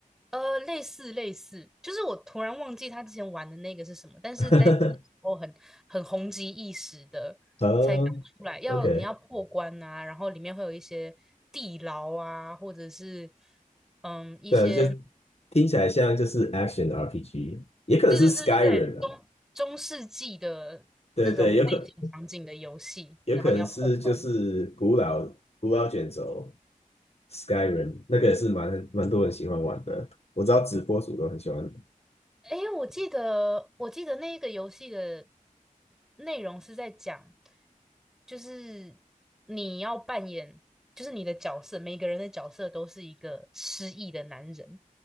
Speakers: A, in the centre; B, on the left.
A: 呃，类似类似，就是我突然忘记他之前玩的那个是什么，但是在那个时候很很红极一时的，
B: <laughs> 呃，OK，
A: 才刚出来，要你要破关啊，然后里面会有一些地牢啊，或者是嗯一些，
B: 对，就听起来像就是 Action RPG，也可能是
A: 对对对对对，
B: Skyrim
A: 中中世纪的那种背景场景的游戏，
B: 啊，对对，有可有可能是就是古老古老卷轴，
A: 然后你要破关，
B: Skyrim 那个也是蛮蛮多人喜欢玩的，我知道直播主都很喜欢。
A: 诶，我记得，我记得那个游戏的内容是在讲，就是你要扮演，就是你的角色，每个人的角色都是一个失忆的男人，